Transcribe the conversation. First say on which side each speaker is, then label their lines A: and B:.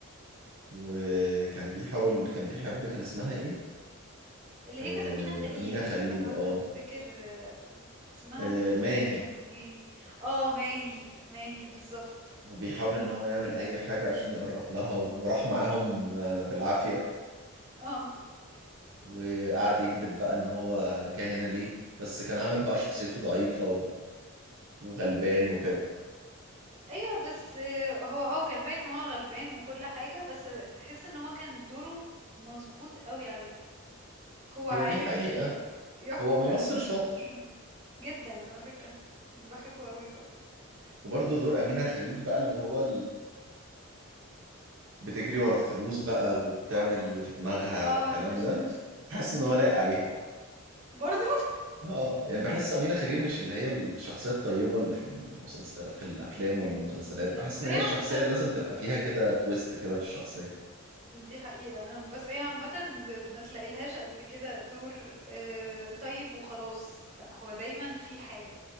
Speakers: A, on the right; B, on the right.
A: وكان بيحاول كان بيحب كان اسمها ايه
B: اللي هي
A: آه،
B: كانت أمينة خليل
A: أمينة خليل
B: بحاول
A: اه
B: افتكر آه، اسمها
A: آه،
B: في الفيلم
A: ماهي
B: كان ايه اه ماهي ماهي بالظبط
A: وبيحاول ان هو يعمل اي حاجة عشان يقرب لها وراح معاهم آه، بالعافية
B: اه
A: وقعد يكذب بقى ان هو جه هنا ليه بس كان عامل بقى شخصيته ضعيفة و- وغلبان وكده
B: ايوه بس آه، هو اه كان باين ان هو غلبان وكل حاجة بس تحس ان هو كان دوره مظبوط قوي عليه هو
A: هي
B: عارف
A: دي حقيقة
B: ي- يحبكها
A: هو ممثل
B: <laughs>
A: شاطر
B: أها. جدًا على فكرة، باحبه أوي برضه.
A: وبرضه دور أمينة خليل بقى اللي هو بتجري ورا الفلوس بقى وبتعمل اللي في دماغها
B: آه،
A: والكلام
B: ال <laughs>
A: ده حاسس ان هو لايق عليها برضه
B: برضه!
A: اه يعني بحس أمينة خليل مش اللي هي الشخصية الطيبة اللي في المسلسل في الأفلام ولا المسلسلات
B: لأ
A: بحس
B: بس
A: إن
B: هي
A: هي
B: عامةً
A: الشخصية اللي لازم تبقى فيها كده تويست كده في الشخصية
B: دي حقيقة، أنا بس هي عامةً ب ما تلاقيلهاش قبل كده دور آآ، طيب وخلاص، لأ هو دايمًا في حاجة،